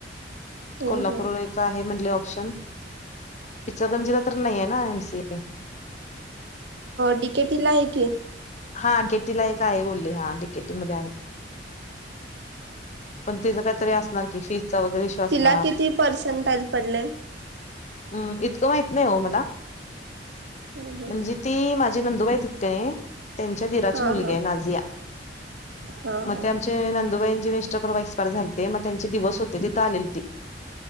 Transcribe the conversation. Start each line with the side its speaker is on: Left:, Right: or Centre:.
Right: हम्म
Left: कोल्हापूर
Right: हम्म
Left: एक आहे म्हटले ऑप्शन इचलकरंजीला तर नाहीये ना एमसीए.
Right: डिकेतिला आहे की.
Left: हा डीकेटीला एक आहे बोलली हा डीकेटी मध्ये आहे पण तिचं काहीतरी असणार की फीजचा वगैरे विषय असणार
Right: तिला किती पर्सेंटाईल पडले
Left: हम् इतकं माहित नाही हो मला
Right: हम्म हम्म
Left: म्हणजे ती माझी नंदुबाई तिथं आहे त्यांच्या दीराची
Right: हा
Left: मुलगी
Right: हा
Left: आहे नाझिया
Right: हा
Left: मग
Right: हा
Left: ते चे नंदुबाईचे मिस्टर परवा एक्सपायर झालते मग त्यांचे दिवस होते तिथं आलेली ती